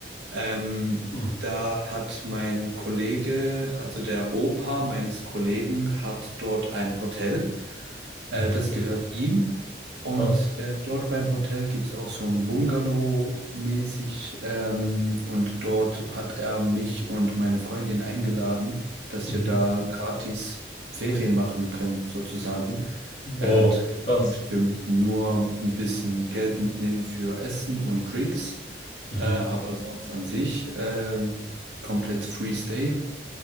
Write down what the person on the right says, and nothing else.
Ähm,
da hat mein Kollege, also der Opa meines Kollegen, hat dort ein Hotel. Äh,
das gehört ihm. Und
äh, dort beim Hotel gibt es auch so ein Bungalow-mäßig. Ähm, und dort hat er mich und meine Freundin eingeladen, dass
wir da gratis Ferien machen können, sozusagen.
Er hat gesagt,
wir müssen nur ein bisschen Geld mitnehmen für Essen und Drinks.
Äh, aber sonst an sich ähm, komplett Free Stay.